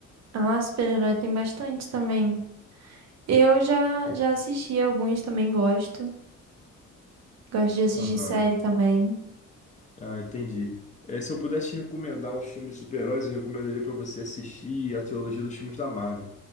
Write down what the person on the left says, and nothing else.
Aham.
Ah, entendi. É, se eu pudesse te recomendar um filme de super-heróis, eu recomendaria para você assistir a trilogia dos filmes da Marvel.